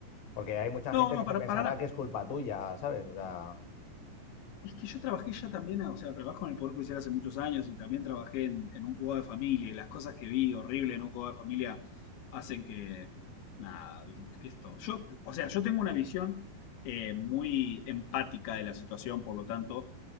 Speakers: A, on the left; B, on the left.
A: Porque hay mucha
B: No,
A: gente
B: no,
A: que
B: para,
A: se pensará
B: para,
A: que es culpa tuya, ¿sabes? O sea,
B: Es que yo trabajé ya también, o sea, trabajo en el Poder Judicial hace muchos años y también trabajé en, en un juego de familia y las cosas que vi horrible en un juego de familia hacen que, nada, que esto. Yo, o sea, yo tengo una visión eh, muy empática de la situación, por lo tanto,